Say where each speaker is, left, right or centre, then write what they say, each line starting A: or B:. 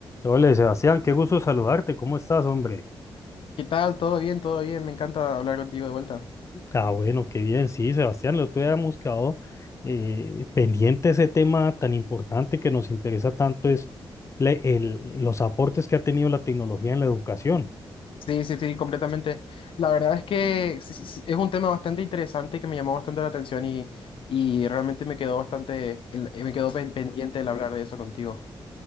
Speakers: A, on the left; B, on the left.
A: Hola, Sebastián, qué gusto saludarte. ¿Cómo estás, hombre?
B: ¿Qué tal? ¿Todo bien? ¿Todo bien? Me encanta hablar contigo de vuelta.
A: Ah, bueno, qué bien. Sí, Sebastián, lo otro día hemos quedado eh, pendiente ese tema tan importante que nos interesa tanto es le- el- los aportes que ha tenido la tecnología en la educación.
B: Sí, sí, sí, completamente. La verdad es que sí, sí, sí, es un tema bastante interesante que me llamó bastante la atención y, y realmente me quedó bastante, el- eh, me quedó pen- pendiente el hablar de eso contigo.